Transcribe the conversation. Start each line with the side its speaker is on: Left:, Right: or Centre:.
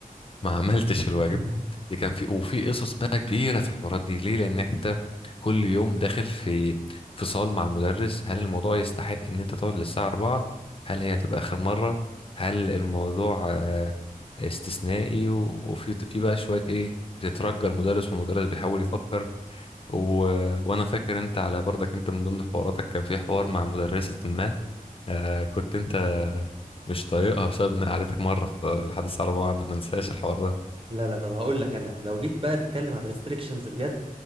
Left: ما عملتش الواجب
Right: <laughs>
Left: دي كان في وفي قصص بقى كبيرة في الحوارات دي ليه لأن انت كل يوم داخل في فصال مع المدرس هل الموضوع يستحق ان انت تقعد للساعة 4 هل هي هتبقى آخر مرة هل الموضوع آه، استثنائي و- وفي في بقى شوية ايه بتترجى المدرس والمدرس بيحاول يفكر و... وانا فاكر انت على برضك انت من ضمن حواراتك كان في حوار مع مدرسة ما آه كنت انت مش طايقها بسبب ان قعدتك مرة في لحد الساعة 4 بعد ما انساش الحوار ده
Right: لا لا طب هقول لك انا لو جيت بقى نتكلم عن ريستريكشنز بجد